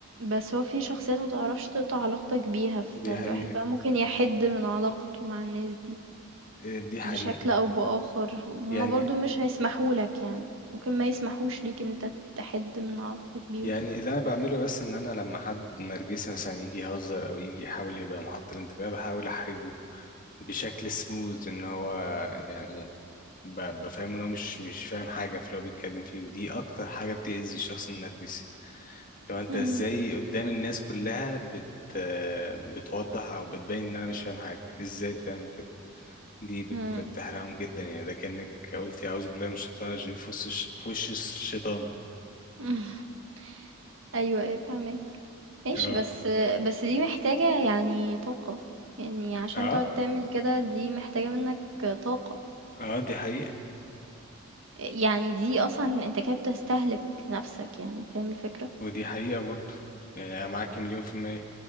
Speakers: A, on the right; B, on the left.
A: بس هو في شخصيات متعرفش تقطع علاقتك بيها فالواحد
B: دي حقيقة
A: بقى ممكن يحد من علاقته مع الناس دي
B: آه، دي حقيقة
A: بشكل او بآخر هما
B: يعني
A: برضو مش هيسمحولك يعني ممكن ما يسمحوش ليك ان انت تحد من علاقتك بيهم
B: يعني اللي انا بعمله بس ان انا لما حد نرجسي مثلا يجي يهزر او يجي يحاول يبقى محط الانتباه بحاول احرجه بشكل سموز ان هو يعني ب- بفهمه ان هو مش مش فاهم حاجه في اللي هو بيتكلم فيه ودي اكتر حاجه بتأذي الشخص النرجسي لو انت
A: مم.
B: ازاي قدام الناس كلها بت بتوضح او بتبين ان انا مش فاهم حاجه ازاي بتعمل كده دي بت...
A: مم.
B: بتحرقهم جدا يعني ده كأنك قلت يا أعوذ بالله من الشيطان الرجيم في وش الش- في وش الشيطان
A: <laughs> أيوه، أيوه فاهماك، ماشي
B: اه
A: بس بس دي محتاجة يعني طاقة، يعني عشان
B: اه
A: تقعد تعمل كده دي محتاجة منك طاقة،
B: اه دي حقيقة
A: يعني دي أصلًا أنت كده بتستهلك نفسك يعني، فاهم الفكرة؟
B: ودي حقيقة برضه يعني أنا معاك مليون في المية